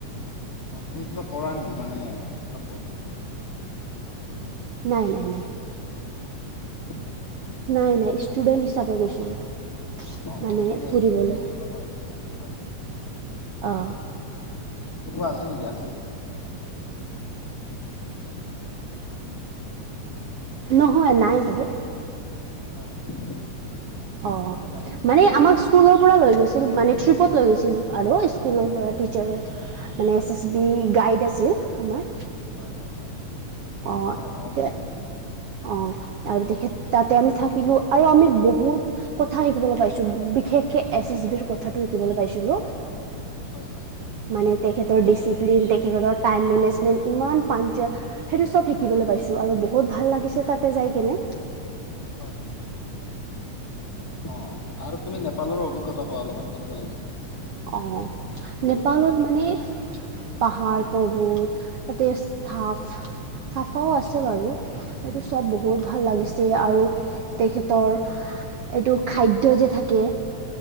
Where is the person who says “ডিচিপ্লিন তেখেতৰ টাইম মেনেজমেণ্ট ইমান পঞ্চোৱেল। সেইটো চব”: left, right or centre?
Right